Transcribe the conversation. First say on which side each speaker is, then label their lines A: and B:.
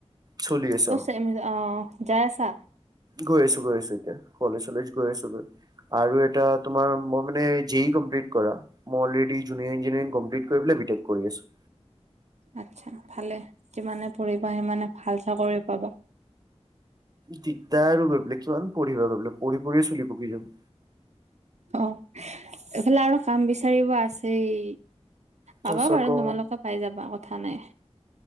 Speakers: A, on the right; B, on the right.
A: চলি আছে অ
B: <unintelligible> অ' যায় আছা?
A: গৈ আছোঁ গৈ আছোঁ এতিয়া, কলেজ চলেজ গৈ আছোঁ গৈ। আৰু এটা তোমাৰ মই মানে জে ই কমপ্লিট কৰা। মই অলৰেডি জুনিয়ৰ ইঞ্জিনিয়াৰ কমপ্লিট কৰি পেলাই বি টেক কৰি আছোঁ।
B: আচ্ছা, ভালে যিমানে পঢ়িবা সিমানে ভাল চাকৰি পাবা।
A: দিগদাৰ আৰু গৈ পেলাই, কিমান পঢ়িবা গৈ পেলাই, পঢ় পঢ়িয়ে চুলি পকি যাব।
B: অ', এইফালে আৰু কাম বিচাৰিব আছেই।
A: তাৰপিছত
B: পাবা বাৰু
A: আকৌ
B: তোমালোকে পাই যাবা কথা নাই।